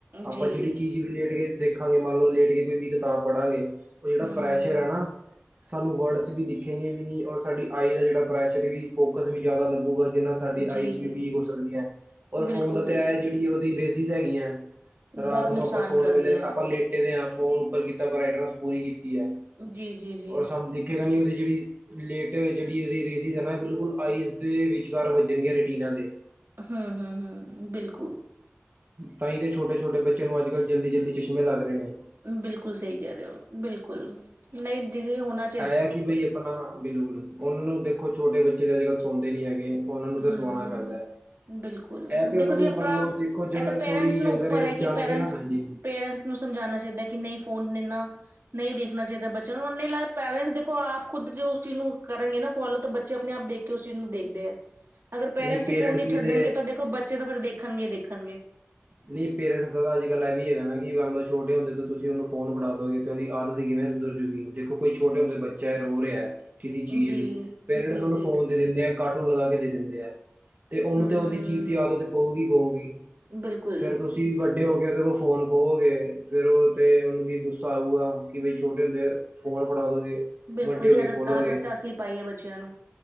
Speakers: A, on the right; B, on the right.
A: ਜੀ
B: ਆਪਾਂ ਜੇੜੀ ਚੀਜ਼ ਵੀ ਲੇਟ ਕੇ ਦੇਖਾਂਗੇ ਮੰਨ ਲੋ ਲੇਟ ਕੇ ਕੋਈ ਵੀ ਕਿਤਾਬ ਪੜਾਂਗੇ ਓ ਜੇੜਾ
A: ਹਮ
B: ਪ੍ਰੈਸ਼ਰ
A: ਹਮ
B: ਐ ਨਾ ਸਾਨੂੰ ਵਰਡਸ ਵੀ ਦਿਖੇਗੇ ਵੀ ਨੀ ਔਰ ਸਾਡੀ ਆਈ ਦਾ ਜੇੜਾ ਪ੍ਰੈਸ਼ਰ ਵੀ ਫੋਕਸ ਵੀ ਜਿਆਦਾ ਲੱਗੂਗਾ। ਜੀਦੇ ਨਾ ਸਾਡੀ
A: ਜੀ
B: ਆਈਸ ਵੀ ਵੀਕ ਹੋ ਸਕਦੀ ਐ ਔਰ
A: ਬਿਲਕੁਲ
B: ਫੋਨ ਦਾ
A: ਜੀ
B: ਤਾਂ ਐ ਜੇੜੀ ਓਦੀ ਰੇਸਿਜ ਹੈਗੀਐ ਰਾਤ
A: ਬਹੁਤ
B: ਨੂੰ
A: ਨੁਕਸਾਨ
B: ਆਪਾਂ ਸੋਣ
A: ਕਰਦੀ
B: ਵੇਲੇ
A: ਹੈ
B: ਆਪਾਂ ਲੇਟ ਫੋਨ ਉੱਪਰ ਕੀਤਾ ਬਰੈਟਨਸ ਪੂਰੀ ਕੀਤੀ ਐ
A: ਜੀ ਜੀ ਜੀ
B: ਔਰ ਸਾਨੂੰ ਤੇ ਓਹਦੀ ਜੇੜੀ ਲੇਟ ਜੇੜੀ ਉਹਦੀ ਰੇਸਸ ਐਨਾ ਬਿਲਕੁਲ ਆਈਸ ਦੇ ਵਿੱਚ ਵੱਜਣਗੀਆਂ ਰੈਟੀਨਾਂ ਦੇ।
A: ਹੂੰ, ਹੂੰ, ਹੂੰ ਬਿਲਕੁਲ।
B: ਤਾਂਈ ਤੇ ਛੋਟੇ-ਛੋਟੇ ਬੱਚੇਆਂ ਨੂੰ ਅੱਜਕੱਲ੍ਹ ਜਲਦੀ-ਜਲਦੀ ਚਸ਼ਮੇ ਲੱਗ ਰਏ ਨੇ।
A: ਬਿਲਕੁਲ ਸਹੀ ਕੈ ਰਹੇ ਹੋ ਬਿਲਕੁਲ ਨਈ ਦੇ ਓਨਾ
B: ਹੈ ਆ ਕਿ, ਬਈ ਆਪਣਾ ਬਿਲਕੁਲ, ਉਹਨਾਂ ਨੂੰ ਦੇਖੋ ਛੋਟੇ ਬੱਚੇ ਦੇ ਅੱਜ -ਕੱਲ੍ਹ ਸੌਦੇ ਨੀ ਹੈਗੇ ਉਹਨਾਂ ਨੂੰ ਤੇ,
A: ਹੂੰ-ਹੂੰ
B: ਸਵਾਣਾ ਪੈਂਦਾ
A: ਬਿਲਕੁਲ
B: ਇਹ ਤੇ
A: ਦੇਖੋ
B: ਉਹਨਾਂ
A: ਜੀ,
B: ਨੂੰ
A: ਆਪਣਾ
B: ਮੰਨ ਲਓ ਦੇਖੋ ਜਦੋਂ
A: ਇਹ ਤਾਂ ਪੇਰੈਂਟਸ
B: ਥੋੜੀ
A: ਨੂੰ
B: ਯੰਗਰ
A: ਉੱਪਰ
B: ਏਜ
A: ਹੈ ਕਿ,
B: ਜਾਣਗੇ
A: ਪੇਰੈਂਟਸ,
B: ਨਾ ਹਾਂਜੀ
A: - ਪੇਰੈਂਟਸ ਉਨੂੰ ਸਮਝਾਉਣਾ ਚਾਹੀਦਾ ਕਿ, ਨਹੀਂ ਫੋਨ ਦੇਣਾ ਨਹੀਂ ਦੇਖਣਾ ਚਾਹੀਦਾ ਬੱਚਿਆਂ ਨੂੰ, ਨਹੀਂ ਪੈਰੈਂਟਸ ਦੇਖੋ ਆਪ ਖੁਦ, ਜੇ ਉਸ ਚੀਜ਼ ਨੂੰ ਕਰਨਗੇ ਨਾ ਫੋਲੋ, ਤਾਂ ਬੱਚੇ ਆਪਣੇ ਆਪ ਦੇਖ ਕਿ ਉਸ ਚੀਜ਼ ਨੂੰ ਦੇਖਦੇ ਹੈ, ਅਗਰ ਪੇਰੈਂਟਸ
B: ਨਹੀਂ
A: ਹੀ ਫੋਨ ਨਹੀਂ ਛੱਡਣਗੇ
B: ਵੀ ਤੇ
A: ਤਾਂ, ਦੇਖੋ ਬੱਚੇ ਤਾਂ ਫਿਰ ਦੇਖਣਗੇ- ਦੇਖਣਗੇ
B: ਨਹੀਂ ਪੇਰੈਂਟਸ ਦਾ ਤਾਂ, ਅੱਜ -ਕੱਲ ਇਹ ਵੀ ਹੈਗਾ ਨਾ ਕਿ, ਮੰਨ ਲਓ ਛੋਟੇ ਹੁੰਦੇ ਤੇ ਤੁਸੀਂ ਉਹਨੂੰ ਫੋਨ ਫੜਾ ਦੋਗੇ, ਤੇ ਉਹਦੀ ਆਦਤ ਕਿਵੇਂ ਸੁਧਰ ਜੁਗੀ, ਦੇਖੋ ਕੋਈ ਛੋਟੇ ਹੁੰਦੇ ਬੱਚਾ ਹੈ ਰੋ ਰਿਹਾ ਕਿਸੇ ਚੀਜ਼
A: ਜੀ,
B: ਲਈ, ਪੇਰੈਂਟਸ
A: ਜੀ,
B: ਉਨੂੰ
A: ਜੀ।
B: ਫੋਨ ਦਿੰਦੇ ਆ ਕਾਰਟੂਨ ਲਗਾ ਕੇ ਦੇ ਦਿੰਦੇ ਹੈ, ਤੇ ਉਹਨੂੰ
A: ਹੂੰ-ਹੂੰ
B: ਤੇ ਉਹਦੀ ਚੀਜ ਦੀ ਆਦਤ ਪਊਗੀ ਹੀ ਪਊਗੀ
A: ਬਿਲਕੁਲ।
B: ਫੇਰ ਤੁਸੀਂ ਵੱਡੇ ਹੋ ਕੇ, ਉਹਦੇ ਕੋਲ ਫੋਨ ਖੋਵੋਗੇ ਫੇਰ, ਉਹ ਤੇ ਉਹਨੂੰ ਵੀ ਗੁੱਸਾ ਆਊਗਾ ਕਿ, ਬਈ ਛੋਟੇ ਹੁੰਦੇ ਫੋਨ ਫੜਾ ਦੋਗੇ
A: ਬਿਲਕੁਲ
B: ਵੱਡੇ
A: ਜੀ,
B: ਹੋ ਕੇ
A: ਆਦਤ
B: ਖੋਲੋਗੇ
A: -ਆਦਤ ਅਸੀਂ ਪਾਈ ਹੈ ਬੱਚਿਆਂ ਨੂੰ,